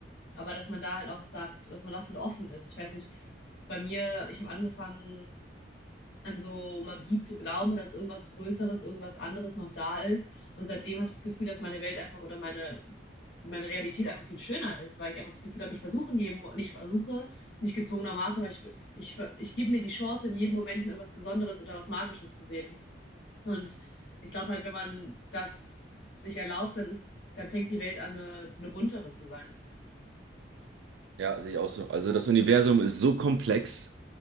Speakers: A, on the left; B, on the right.
A: Aber dass man da halt auch sagt, dass man dafür offen ist. Ich weiß nicht, bei mir, ich habe angefangen, an so Magie zu glauben und dass irgendwas Größeres, irgendwas anderes noch da ist. Und seitdem habe ich das Gefühl, dass meine Welt einfach oder meine, meine Realität einfach viel schöner ist, weil ich einfach das Gefühl habe, ich versuche in jedem, Mo- nicht versuche, nicht gezwungenermaßen, aber ich, ich, ver- ich gebe mir die Chance, in jedem Moment irgendwas Besonderes oder was Magisches zu sehen. Und ich glaube halt, wenn man das sich erlaubt, dann ist, dann fängt die Welt an, eine, eine buntere zu sein.
B: Ja, sehe ich auch so. Also das Universum ist so komplex